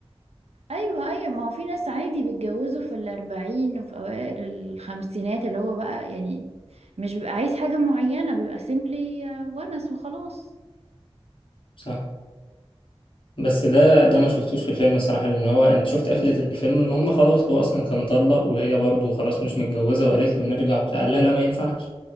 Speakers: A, on the right; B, on the left.
A: ايوه ايوه ما هو في ناس عادي بيتجوزوا في الاربعين وفي اوائل الخمسينات اللي هو بقى يعني مش بيبقى عايز حاجة معينة بيبقى سيمبلي ونس وخلاص
B: صح بس ده ده ما شفتوش في الفيلم صراحة لأن هو أنت شفت قفلة الفيلم إن هم خلاص هو أصلا كان طلق وهي برضه خلاص مش متجوزة وقالت له نرجع وبتاع قال لها لا ما ينفعش